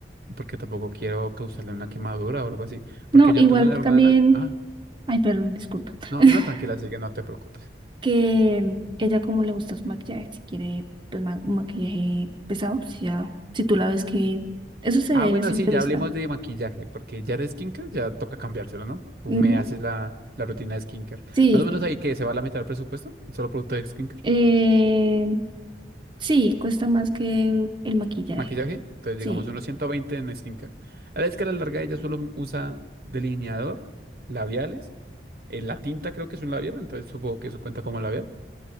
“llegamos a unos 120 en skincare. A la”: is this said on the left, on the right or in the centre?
Right